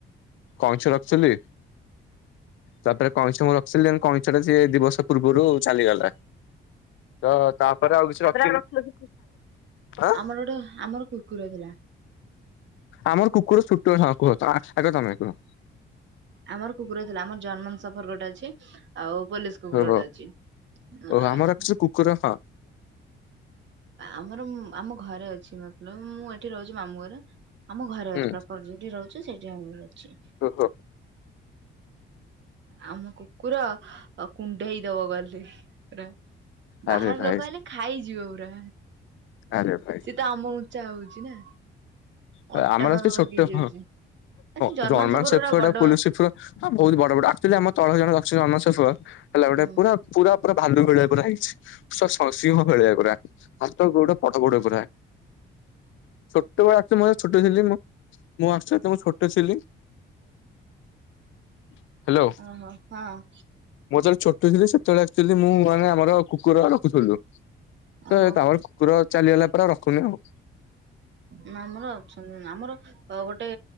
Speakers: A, on the left (about 75°); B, on the right (about 65°).
A: କଇଁଛ ରଖିଥିଲି। ତାପରେ କଇଁଛ ମୁଁ ରଖିଥିଲି ଯେ କଇଁଛଟା ସିଏ ଦି ବର୍ଷ ପୂର୍ବରୁ ଚାଲିଗଲା। ତ ତାପରେ ଆଉ କିଛି ରଖିନି, ଆଁ?
B: <unintelligible> ଗୋଟ ଆମର କୁକୁର ଥିଲା।
A: ଆମର କୁକୁର ଛୋଟ ହଁ କୁହ ଆଗ ତମେ କୁହ।
B: ଆମର କୁକୁର ଥିଲା ଆମର ଜର୍ମାନ୍ ସଫର ଗୋଟେ ଅଛି ଆଉ ପୋଲିସ୍ କୁକୁର
A: ଓହୋ
B: ଗୋଟେ ଅଛି
A: ଓହୋ
B: ଆ
A: ଆମର
B: ହା
A: ଆକ୍ଚୁଆଲି କୁକୁର ହଁ।
B: ଆମର ଆମ ଘରେ ଅଛି ମତଲବ୍ ମୁଁ ଏଠି ରହୁଛି ମାମୁଁ ଘରେ। ଆମ ଘରେ
A: ହୁଁ
B: ଅଛି ପ୍ରପର ଯୋଉଠି ରହୁଛି ସେଇଠି ଆମର ଅଛି।
A: ଓହୋଃ।
B: ଆମ କୁକୁର କୁଣ୍ଢେଇ ଦବ ଗଲେ। ପୁରା ବାହାର
A: ଆରେ ଭାଇ
B: ଲୋକ ଆଇଲେ ଖାଇଯିବ ପୁରା।
A: ଆରେ ଭାଇ।
B: ସିଏ ତ ଆମ ଉଁଚ୍ଚା ହଉଚି ନା।
A: ତ
B: ଅଣ୍ଟା
A: ଆମର
B: ପାଖାପାଖି
A: ଅଛି ଟିକେ ଛୋଟ
B: ହେଇଯାଉଛି
A: ହଁ
B: ଆ ସେ
A: ଅ ଜର୍ମାନ
B: ସଫର
A: ଶେଫର୍ଡ
B: ଗୁଡା ବଡ
A: ଆଉ ପୋଲିସ ଶେଫର ହଁ ବହୁତ ବଡ ବଡ ଆକ୍ଚୁଆଲି ଆମ ତଳ ଜଣେ ରଖିଛନ୍ତି ଜର୍ମାନ୍ ଶେଫର୍ଡ ହେଲା ଗୋଟେ
B: ହୁଁ।
A: ପୁରା ପୁରା ପୁରା ଭାଲୁ ଭଳିଆ ପୁରା ହେଇଛି ସ ସିଂହ ଭଳିଆ ପୁରା। ହାତ ଗୋଡ଼ ବଡ଼ ବଡ଼ ପୁରା, ଛୋଟ ତ ମୁଁ <unintelligible> ଛୋଟ ଥିଲି ମୁଁ, ମୁଁ ଆକ୍ଚୁଆଲି ସେତେବେଳେ ମୁଁ ଛୋଟ ଥିଲି ହ୍ୟାଲୋ
B: ଓହୋଃ, ହଁ।
A: ମୁଁ ଯେତେବେଳେ ଛୋଟ ଥିଲି ସେତେବେଳେ ଆକ୍ଚୁଆଲି ମୁଁ ମାନେ ଆମର କୁକୁର ରଖୁଥିଲୁ।
B: ଓହୋ
A: ତ ତାପରେ କୁକୁର ଚାଲିଗଲା ପରେ ଆଉ ରଖୁନି ଆଉ।
B: ନା ଆମର ଅଛନ୍ତି ଆମର ଗୋଟେ